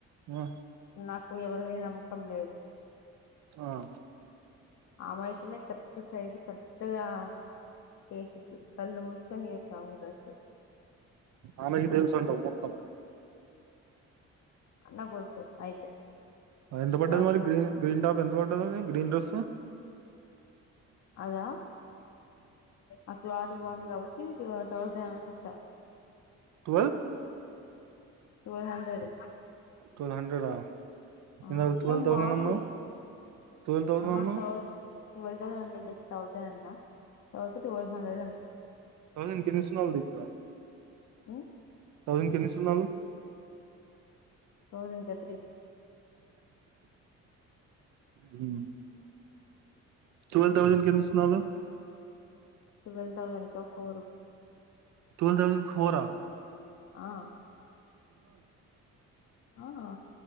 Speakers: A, on the right; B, on the left.
A: ఆ
B: నాకు ఎవరు మీద నమ్ కం లేదు
A: ఆ
B: ఆమె ఆయితేనే కట్ సైజు కరక్ట్గా చేసిద్ది కళ్ళు <unintelligible> డ్రెస్
A: ఆమెకి తెలుసు అంటావు మొత్తాం
B: అన్నా కొద్దు అయితే
A: ఎంత పడ్డది
B: నాకు
A: మరి గ్రీన్ గ్రీన్ టాప్ ఎంత ఎంత పడ్డది అది గ్రీన్ డ్రెస్
B: అదా ఆ క్లాత్ బాగుంది కాబట్టి ఇది తౌసాండ్ అనుకుంటా
A: twelve
B: twelve hundred
A: twelve hundred ఆ
B: ఆ
A: ఇందాక ట్వెల్వ్
B: కానీ
A: థౌసండ్
B: బాగుంది
A: అన్నావు ట్వెల్వ్ థౌసండ్
B: ఆహా
A: అన్నావు
B: తౌ టువల్వ్ తౌసండ్ అనలేదు తౌసండ్ అన్న <unintelligible> హండ్రెడ్
A: తౌసండ్ కి తిసుకున్నావని చెప్ప
B: హు
A: తౌసండ్ కి ఎన్ని సున్నాలు
B: తౌసండ్ కా త్రీ
A: హు టువల్వ్ థౌజండ్ కి ఎన్ని సున్నాలు
B: టువల్వ్ తౌసండ్ క పోరు
A: టువల్వ్ తౌసండ్ కీ ఫోర్ ఆ
B: ఆ ఆహా